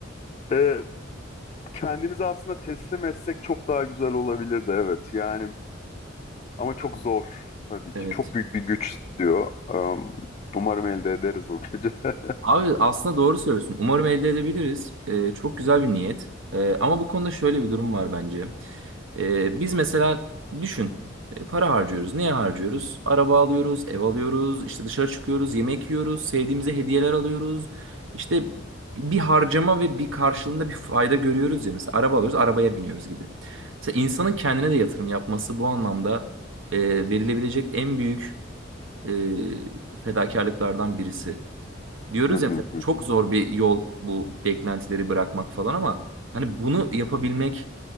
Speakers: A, on the left; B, on the right.
A: e, kendimizi aslında teslim etsek çok daha güzel olabilirdi evet yani Ama çok zor tabii
B: Evet.
A: ki. Çok büyük bir güç istiyor. Am, umarım elde ederiz bu gece. <laughs>
B: Abi aslında doğru söylüyorsun. Umarım elde edebiliriz. Ee, çok güzel bir niyet. Ee, ama bu konuda şöyle bir durum var bence. Ee, biz mesela düşün, e, para harcıyoruz. Neye harcıyoruz? Araba alıyoruz, ev alıyoruz, işte dışarı çıkıyoruz, yemek yiyoruz, sevdiğimize hediyeler alıyoruz. İşte bir harcama ve bir karşılığında bir fayda görüyoruz ya. Mesela araba alıyoruz, arabaya biniyoruz gibi. Mesela insanın kendine de yatırım yapması bu anlamda e, verilebilecek en büyük e, fedakarlıklardan birisi. Diyoruz
A: Hı
B: ya
A: hı
B: mesela
A: hı
B: çok
A: hı.
B: zor bir yol bu beklentileri bırakmak falan ama hani bunu yapabilmek